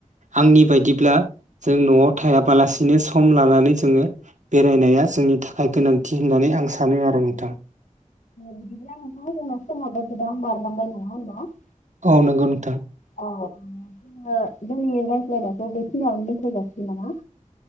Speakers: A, on the right (about 65°); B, on the left (about 70°).
A: आंनि बायदिब्ला जों न'आव थायाबालासिनो सम लानानै जोङो बेरायनाया जोंनि थाखाय गोनांथि होननानै आं सानो आरो। <unintelligible>
B: बिदिब्ला नोंथां जोंना समाबो गोबां बारलांबाय नङा होमबा।
A: औ नंगौ नोंथां।
B: अ जोङो जोंनि रायज्लायनायखौ बेखिनियावनो दोनथ जासिगोन नामा।